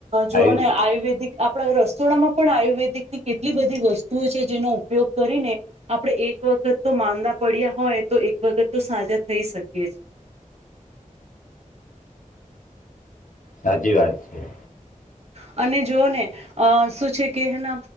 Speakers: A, on the right; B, on the left.
A: જોઓ
B: આયુ
A: ને, આયુર્વેદિક આપ આપણા રસોડામાં પણ આયુર્વેદિકની કેટલી બધી વસ્તુઓ છે, જેનો ઉપયોગ કરીને આપડે એક વખત તો માંદા પડ્યા હોય તો, એક વખત તો સાજા થઈ શકીએ છીએ.
B: સાચી વાત છે.
A: અને જો ને! અ શું છે કે, હેન